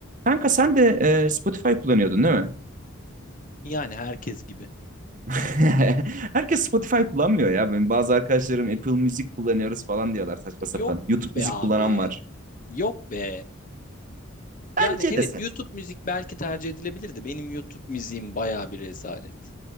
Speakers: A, on the right (about 40°); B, on the left (about 40°).
A: Kanka sen de e, Spotify kullanıyordun değil mi?
B: Yani herkes gibi.
A: <laughs> Herkes Spotify kullanmıyor ya. Benim bazı arkadaşlarım Apple Music kullanıyoruz falan diyorlar saçma sapan.
B: Yok
A: YouTube
B: be
A: müzik kullanan
B: abi.
A: var.
B: Yok be.
A: Bence
B: Yani evet
A: de saçma.
B: YouTube müzik belki tercih edilebilirdi. Benim YouTube müziğim baya bir rezalet.